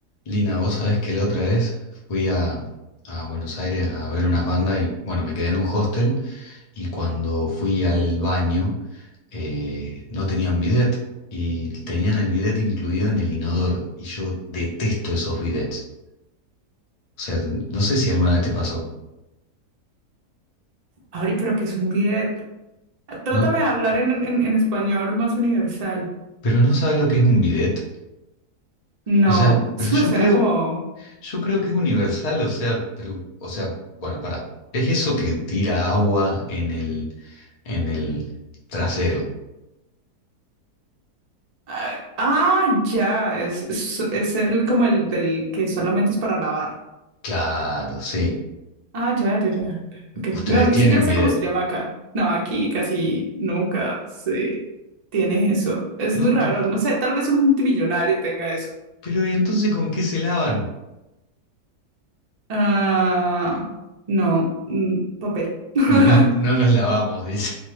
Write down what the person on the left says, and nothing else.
Lina, vos sabés que la otra vez fui a, a Buenos Aires a ver unas bandas y bueno, me quedé en un hostel y cuando fui al baño eh, no tenían bidet y tenían el bidet incluido en el inodoro y yo detesto esos bidets. O sea, no sé si alguna vez te pasó,
no,
pero no sabes lo que es un bidet.
O sea, pero
yo
creo,
yo creo que es universal, o sea, pero, o sea, bueno, pará. Es eso que tira agua en el, en el trasero.
Claro, sí.
Ustedes
tienen
bidet.
No,
t-
t-
pero ¿y entonces con qué se lavan?
No, no no nos lavamos, dice.